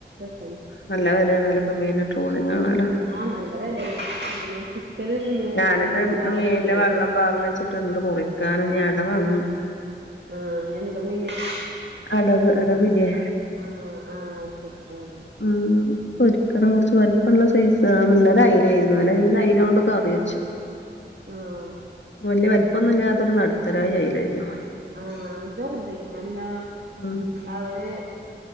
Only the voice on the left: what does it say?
നല്ല വിലയാണല്ലോപ്പ മീന ട്രോളിങ് ആണലൊ
ഞാനെന്റെ
മീൻലെ
വെള്ളം പാർന്നവെച്ച് വിട്ടണ്ട് മുറിക്കാനും ഞ ഇടവാേണന്ന്
അടവ് അടവില്ലേ
ആഹ് ഒരിക്കണം കുറച്ച് വലുപള്ള സൈസ ആണ് ഇന്നലെ അയിലെ എനി ഇന്നലെ അയ്‌ലോ ണ്ട് കറി വെച്ചു
വലിയ വലിപ്പൊന്നുമ ഇല്ലാത്തൊരു നടുത്തരായി അയിലായിരുന്നു
ഉം